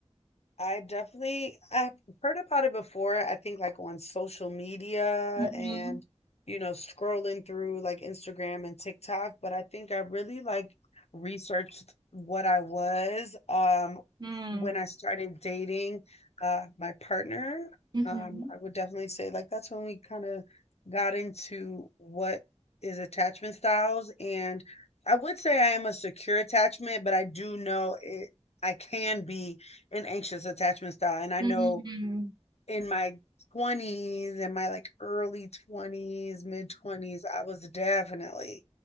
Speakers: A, on the left (about 75°); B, on the right (about 40°).
A: I definitely I've heard about it before. I think like on social media
B: Mm-hmm.
A: and you know scrolling through like Instagram and TikTok, but I think I really like researched what I was um
B: Mm-hmm.
A: when I started dating uh my partner.
B: Mm-hmm.
A: Um I would definitely say like that's when we kind of got into what is attachment styles and I would say I am a secure attachment, but I do know it I can be an anxious attachment style. And I
B: Mm-hmm.
A: know in my 20s and my like early 20s, mid 20s, I was definitely